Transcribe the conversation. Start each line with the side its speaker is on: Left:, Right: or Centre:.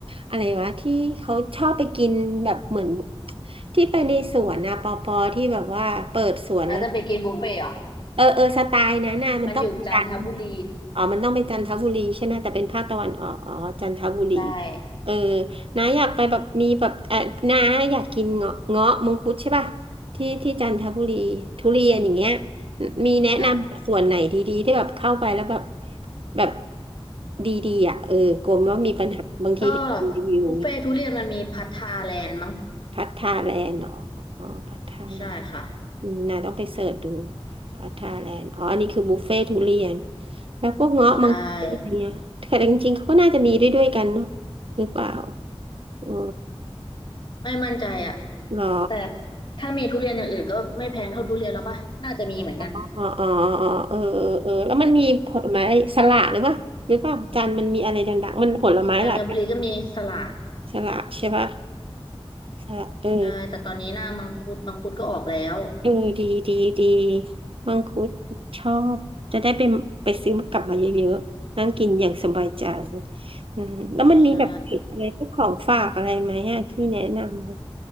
Right: อะไรวะที่เขาชอบไปกินแบบเหมือนที่ไปในสวนนะปอปอที่แบบว่าเปิดสวนแล้ว
Left: น่าจะไปกินบุฟเฟ่ต์เหรอ
Right: เออเออสไตล์นั้นน่ะมันต้องเป็นจันทร์
Left: มันอยู่จันทบุรี
Right: อ๋อมันต้องเป็นจันทบุรีใช่ไหมแต่เป็นภาคตะวันออกอ๋อ จันทบุรี
Left: ใช่
Right: เออน้าอยากไปแบบมีแบบเออน้าอยากกินเงาะเงาะมังคุดใช่ป่ะที่ที่จันทบุรีทุเรียนอย่างเงี้ยมีแนะนำส่วนไหนดีๆ
Left: อ่า
Right: ที่แบบเข้าไปแล้วแบบแบบดีๆอ่ะเออกลัวว่ามีปัญหาบางทีเห็นรีวิว
Left: ก็บุฟเฟ่ทุเรียนมันมีพัทธาแลนด์มั้ง
Right: พัทธาแลนด์เหรออ๋อพัทธาแลนด์
Left: ใช่ค่ะ
Right: อืมนาต้องไปเสิร์ชดูพัทาแลนด์อ๋ออันนี้คือบุฟเฟ่ทุเรียนแล้วพวกเงาะมังคุดอะไรเงี้ยแต่จริงๆเขาก็น่าจะมีด้วยด้วยกันเนาะ
Left: ใช่
Right: หรือเปล่าอ๋อ
Left: ไม่มั่นใจอ่ะ
Right: เหรอ
Left: แต่ถ้ามีทุเรียนอย่างอื่นก็ไม่แพงเท่าทุเรียนแล้วปะน่าจะมีเหมือนกัน
Right: อ๋ออ๋ออ๋อเออเออแล้วมันมีผลไม้สละหรือเปล่าหรือเปล่าจันมันมีอะไรดังๆมันผลไม้หลายอย่าง
Left: จันทบุรีก็มีสลัด
Right: สละใช่ปะสละเออ
Left: ใช่แต่ตอนนี้หน้ามังคุดมังคุดก็ออกแล้ว
Right: เออดีดีดีมังคุดชอบจะได้ไปไปซื้อกลับมาเยอะๆนั่งกินอย่างสบายใจอืมแล้วมันมีแบบติดอะไรพวกของฝากอะไรไหมอะที่แนะนำอะ
Left: ใช่